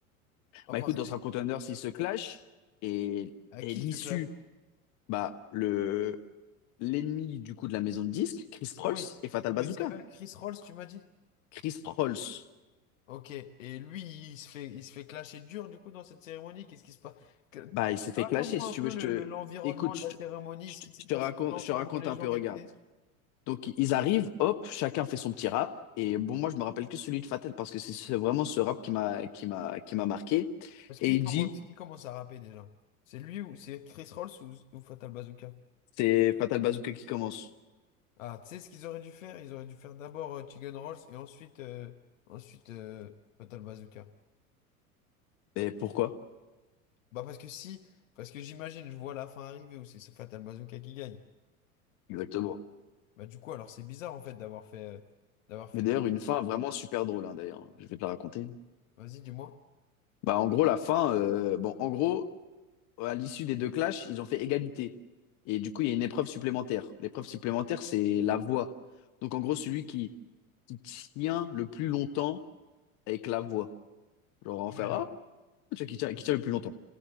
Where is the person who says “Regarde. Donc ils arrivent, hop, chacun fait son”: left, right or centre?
Left